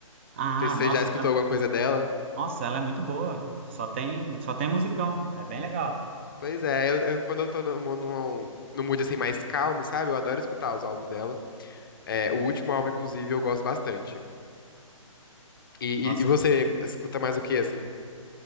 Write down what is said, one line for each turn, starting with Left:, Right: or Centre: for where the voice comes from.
Right: Ah,
Left: Não sei se você
Right: nossa,
Left: já escutou
Right: ela,
Left: alguma coisa dela.
Right: nossa, ela é muito boa. Só tem, só tem musicão. É bem legal.
Left: Pois é, eu, eu- quando eu tô no, no, no mood assim mais calmo, sabe? Eu adoro escutar os álbuns dela. É, o último álbum, inclusive, eu gosto bastante. E,
Right: Nossa,
Left: e, e você escuta mais o que, assim?